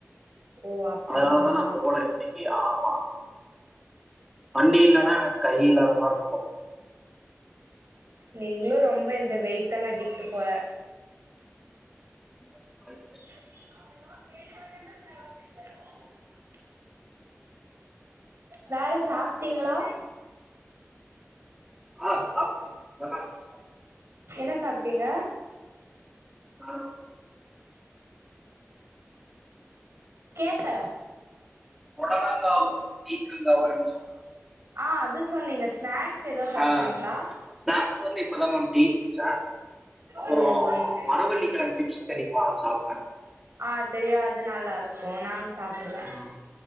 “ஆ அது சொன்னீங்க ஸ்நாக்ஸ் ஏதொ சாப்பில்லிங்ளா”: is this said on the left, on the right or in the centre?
Right